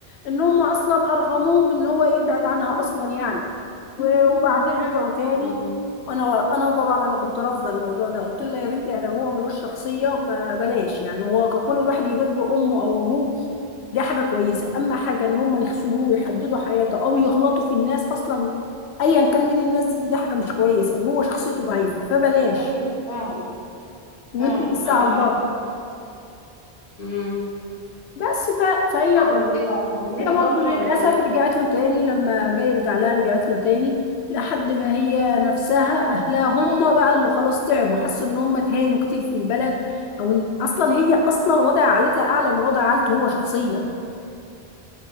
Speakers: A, on the left; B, on the left.
A: ان هم اصلا ارغموه ان هو يبعد عنها اصلا يعني و- وبعدين رجعوا تاني
B: امم
A: انا انا طبعا انا كنت رافضه الموضوع ده قلت لها يا بنتي ادم هو ملوش شخصيه ما بلاش يعني هو كل الواحد يبر امه او ابوه دي حاجه كويسه اما حاجه ان هم يخسروه ويحددوا حياته او يغلطوا في الناس اصلا ايا كان من الناس دي دي حاجه مش كويسه وهو شخصيته ضعيفه فبلاش
B: أيوة فعلا
A: وانت
B: فعلا
A: لسه
B: معاكي
A: على
B: حق
A: البر
B: امم
A: بس ف... فهي
B: عملت ايه بقى كملت
A: هي برضه
B: برضو
A: للأسف
B: ولا رجعت
A: رجعت له تاني لما جاي يرجع لها رجعت له تاني لحد ما هي نفسها أهلها هم بقى اللي خلاص تعبوا حسوا إن هم اتهانوا كتير في البلد أو إن أصلا هي أصلا وضع عائلتها أعلى من وضع عائلته هو شخصيا